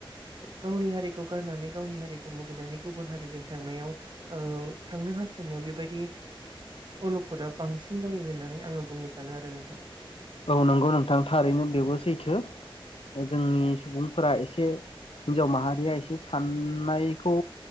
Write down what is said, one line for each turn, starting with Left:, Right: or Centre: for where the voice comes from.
Right: गावनि हारिखौ गारनानै गावनि हारिखौ मुगैनानै गुबुन हारिजों थांनायाव थांनो हा जोंनियाव बेबायदि अलखदा बांसिन जायो होननानै आंङो बुंनो सानो आरो नोंथां।
Left: औ नंगौ नोंथां थारैनो बेबो सैथो जोंनि सुबुंफोरा एसे हिनजाव माहारिया एसे साननायखौ